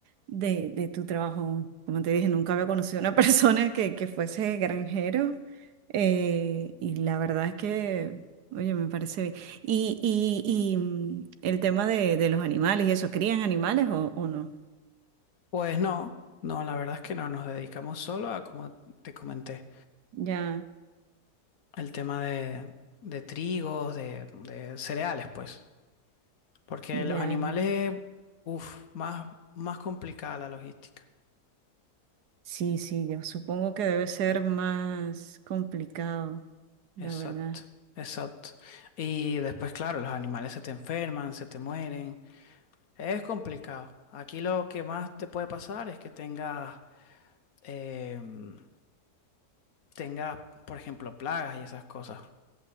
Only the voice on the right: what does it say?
de, de tu trabajo. Como te dije, nunca había conocido a una <laughs> persona que, que fuese granjero. eh, y la verdad es que, oye, me parece bien. Y, y, y, mm, el tema de, de los animales y eso, ¿crían animales o, o no?
Ya.
Ya,
ya.
sí, sí, yo supongo que debe ser más complicado, la
verdad.